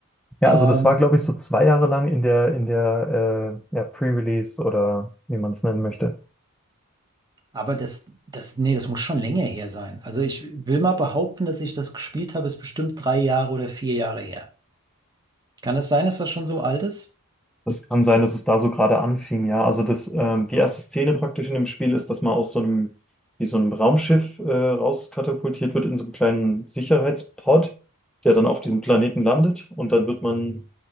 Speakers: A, in the centre; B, on the right.
A: Ja,
B: Ähm,
A: also das war, glaube ich, so zwei Jahre lang in der, in der äh, ja, Pre-Release oder wie man es nennen möchte.
B: aber das, das, nee, das muss schon länger her sein. Also ich will mal behaupten, dass ich das gespielt habe, ist bestimmt drei Jahre oder vier Jahre her. Kann das sein, dass das schon so alt ist?
A: Das kann sein, dass es da so gerade anfing, ja. Also das, ähm, die erste Szene praktisch in dem Spiel ist, dass man aus so einem, wie so einem Raumschiff äh, rauskatapultiert wird in so einem kleinen Sicherheitspod, der dann auf diesem Planeten landet. Und dann wird man